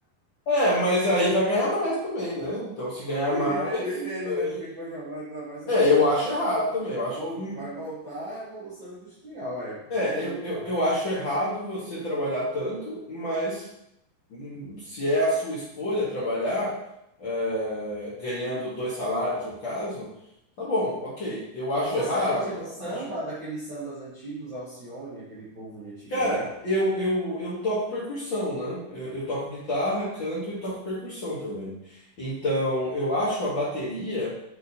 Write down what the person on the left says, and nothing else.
É, mas aí vai ganhar mais também, né? Então, se ganhar mais.
aí-
É, eu acho errado também. Eu acho.
hum,
É,
eu, eu,
eu acho errado você trabalhar tanto, mas. hum, se é a sua escolha trabalhar, é, ganhando dois salários no caso, tá bom, ok. Eu acho
errado?
Eu
acho.
Cara, eu, eu, eu toco percussão, né? Eu, eu toco guitarra, canto e toco percussão também. Então, eu acho a bateria